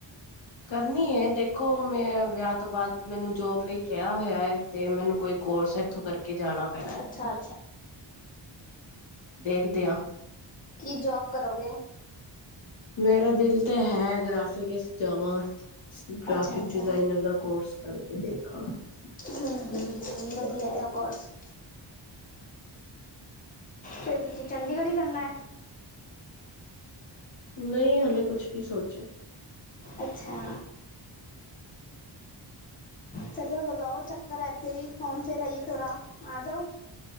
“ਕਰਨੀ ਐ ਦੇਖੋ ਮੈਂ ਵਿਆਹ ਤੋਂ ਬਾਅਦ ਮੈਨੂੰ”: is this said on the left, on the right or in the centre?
Left